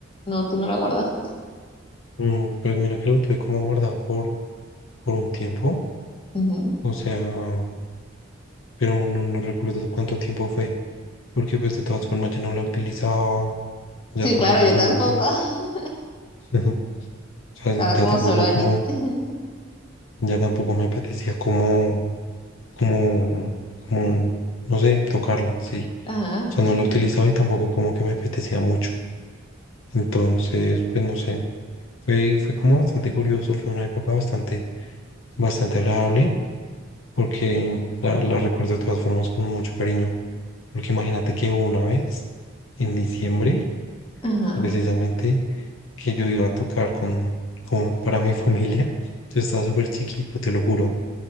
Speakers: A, on the left (about 25°); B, on the left (about 75°).
A: No, tú no la guardaste.
B: Mm, pues mira que lo tuve como guardado por, por un tiempo.
A: Ujú.
B: O sea, pero no, no recuerdo cuánto tiempo fue. Porque pues de todas formas yo no la utilizaba. Ya
A: Sí,
B: tampoco
A: claro, yo
B: como
A: tampoco.
B: que,
A: <laughs>
B: <laughs> o sea,
A: Estaba
B: ya
A: como
B: tampoco
A: solo allí.
B: como,
A: <laughs>
B: ya tampoco me apetecía como, como, como, no sé, tocarla, sí.
A: Ajá,
B: O sea,
A: sí.
B: no la utilizaba y tampoco como que me apetecía mucho. Entonces, pues no sé, fue, fue como bastante curioso, fue una época bastante, bastante agradable, porque la, la recuerdo de todas formas con mucho cariño, porque imagínate que hubo una vez, en diciembre,
A: Ajá.
B: precisamente, que yo iba a tocar con, como para mi familia, yo estaba súper chiquito, te lo juro, o